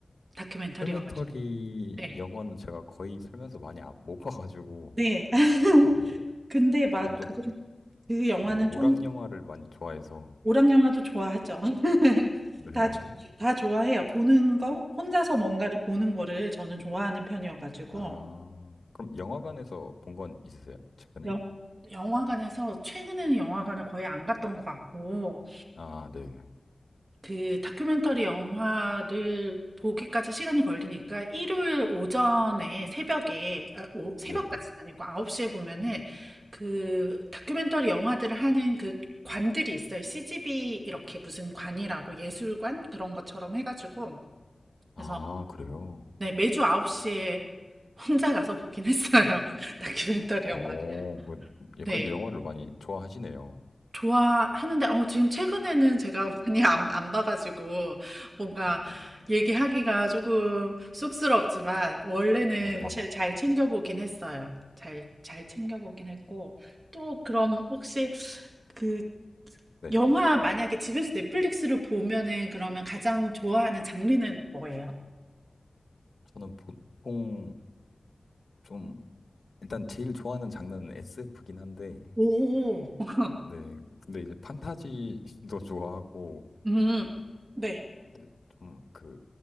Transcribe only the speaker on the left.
휴멘터리
영화는 제가 거의 살면서 많이 아- 못 봐가지고,
네.
전좀
네. 오락
영화를 많이 좋아해서,
네.
<laughs>
아, 그럼 영화관에서 본 건 있으세요? 최근에?
아, 네.
네네.
아, 그래요?
어,
그- 예,
그래도 영화를 많이 좋아하시네요.
음,
네.
네.
저는 보통 좀, 일단 제일 좋아하는 장르는 SF긴 한데,
네. 근데 이제 판타지도 <laughs> 좋아하고,
근데 좀 그,